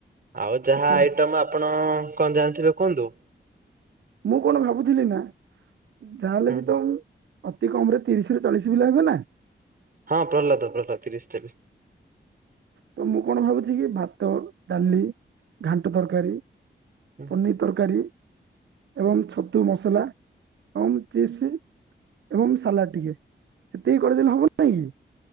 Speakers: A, on the right; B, on the right.
A: ଆଉ ଯାହା
B: ଆଚ୍ଛା
A: ଆଇଟମ
B: ଆଚ୍ଛା
A: ଆପଣ କଣ ଜାଣିଥିବେ କୁହନ୍ତୁ।
B: ମୁଁ କଣ ଭାବୁଥିଲି ନା ଯାହାହେଲେ
A: ହୁଁ
B: ବି ତ। ଅତି କମରେ ତିରିଶ ରୁ ଚାଳିଶ ପିଲା ହେବେ ନା।
A: ହଁ ପ୍ରହ୍ଲାଦ ପ୍ରହ୍ଲାଦ ତିରିଶ ଚାଳିଶ।
B: ତ ମୁଁ କଣ ଭାବୁଛି କି ଭାତ ଡାଲି ଘାଣ୍ଟ ତରକାରୀ।
A: ହୁଁ।
B: ପନିର୍ ତରକାରୀ ଏବଂ ଛତୁ ମସଲା ଏବଂ ଚିପ୍ସି। ଏବଂ ସାଲାଡ ଟିକେ ସେତିକି କରିଦେଲେ ହବ ନାଇଁ କି।